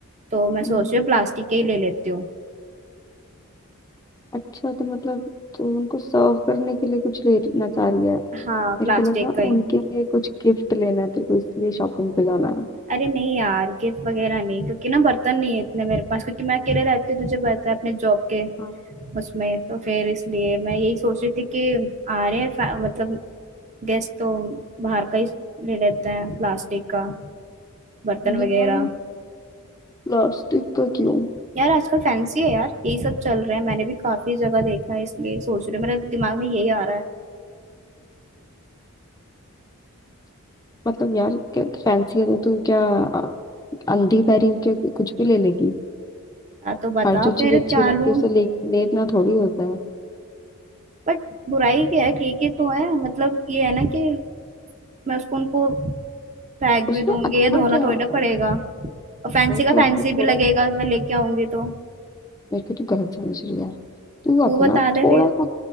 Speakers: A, on the right (about 30°); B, on the left (about 15°).
A: तो मैं
B: हम्म,
A: सोच रही हूँ प्लास्टिक के ही ले लेती हूँ
B: अच्छा तो मतलब तो उनको सर्व करने के लिए कुछ लेना चाह रही है
A: हाँ
B: मेरे
A: प्लास्टिक
B: को लगा
A: का ही
B: उनके लिए कुछ गिफ्ट लेना है तेरे को इसलिए शॉपिंग पे जाना है
A: अरे नहीं यार गिफ्ट वगैरह नहीं क्योंकि ना बर्तन नहीं है इतने मेरे पास क्योंकि मैं अकेले रहती हूँ तुझे पता है अपने जॉब के
B: हाँ
A: उसमें तो फिर इसलिए मैं यही सोच रही थी कि आ रहे हैं फै- मतलब गैस तो बाहर का ही ले लेते हैं प्लास्टिक का बर्तन
B: यार
A: वगैरह
B: प्लास्टिक का क्यों
A: यार आजकल फैंसी है यार यही सब चल रहा है मैंने भी काफी जगह देखा है इसलिए सोच रही हूँ मेरे दिमाग में यही आ रहा है
B: मतलब यार क्या फैंसी है तो तू क्या अ, अंधी पैरी हो क्या कुछ भी ले लेगी
A: यार तो बता
B: हर जो
A: फिर
B: चीज अच्छी
A: क्या
B: लगती
A: लूं
B: है उसे ले लेना थोड़ी होता है
A: बट बुराई क्या है ठीक ही तो है मतलब ये है ना कि मैं उसको उनको फेंक
B: उसमें
A: भी दूंगी
B: अच्छा
A: या धोना
B: क्या
A: थोड़ी ना
B: है
A: पड़ेगा और फैंसी
B: वो
A: का
B: तू अपना
A: फैंसी
B: थोड़ा
A: भी लगेगा मैं लेके आऊंगी तो
B: मेरे को तू गलत समझ रही है तू अपना
A: तू बता
B: थोड़ा
A: दे फिर
B: सा